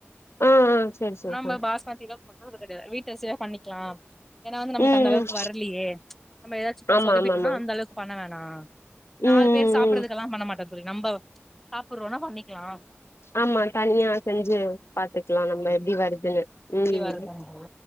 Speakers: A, on the left; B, in the centre.
A: ஆ ஆ செரி செரி
B: நம்ம
A: செரி
B: பாஸ்மதில பண்றது கெடையாது வீட்டரிசியே பண்ணிக்கலா ஏனா வந்து நம்மளுக்கு
A: ம்
B: அந்த அளவுக்கு
A: ம்
B: வரலியே நம்ம ஏதாச்சு
A: ஆமா
B: சொதப்பிட்டோம்னா
A: ஆமா ஆமா
B: அந்த அளவுக்கு பண்ண வேணா நாலு
A: ம்
B: பேர் சாப்பிறதுக்கெல்லா
A: ம் ம்
B: பண்ண மாட்டே தோழி நம்ம சாப்புறோனா பண்ணிக்கலா
A: ஆமா தனியா செஞ்சு பாத்துக்கலா நம்ம எப்டி வருதுன்னு
B: எப்டி
A: ம்
B: வர்துனு